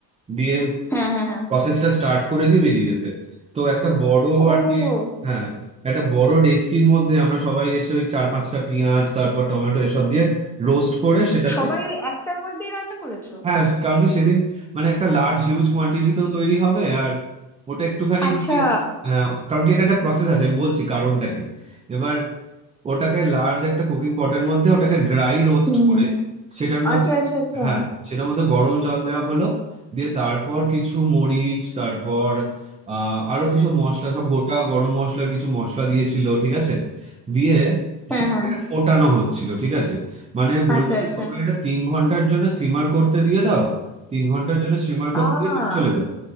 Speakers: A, on the right (about 15°); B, in the centre.
A: দিয়ে
B: হ্যাঁ হ্যাঁ হ্যাঁ
A: প্রসেসটা স্টার্ট করে দিয়ে বেরিয়ে যেতে তো একটা বড়
B: ও
A: আর
B: হো
A: কি
B: হো।
A: হ্যাঁ একটা বড় ডেচকির মধ্যে আমরা সবাই এসে ওই চার পাঁচটা পেঁয়াজ তারপর টমেটো এসব দিয়ে রোস্ট করে সেটাতে
B: সবাই ওই একটার মধ্যেই রান্না করেছো
A: হ্যাঁ কারণ কি সেদিন মানে একটা লার্জ হিউজ কোয়ান্টিটিতেও তৈরি হবে আর ওটা একটুখানি
B: আচ্ছা
A: মানে হ্যাঁ কারণ কি এটা একটা প্রসেস আছে আমি বলছি কারণটা কি এবার ওটাকে লার্জ একটা কুকিং পটের মধ্যে ওটাকে ড্রাই রোস্ট
B: হুম
A: করে সেটার মধ্যে
B: আচ্ছা আচ্ছা আচ্ছা
A: হ্যাঁ সেটার মধ্যে গরম জল দেওয়া হলো দিয়ে তারপর কিছু মরিচ তারপর আহ আরো কিছু মশলা সব গোটা গরম মশলার কিছু মশলা দিয়েছিল ঠিক আছে দিয়ে
B: হ্যাঁ
A: সেটাকে
B: হ্যাঁ
A: ফোটানো হচ্ছিল ঠিক আছে মানে বললো
B: আচ্ছা
A: যে
B: আচ্ছা
A: তোমরা এটা তিন ঘন্টার জন্য সিমার করতে দিয়ে দাও তিন ঘন্টার জন্য সিমার
B: আ
A: করতে দিয়ে তুমি চলে যাও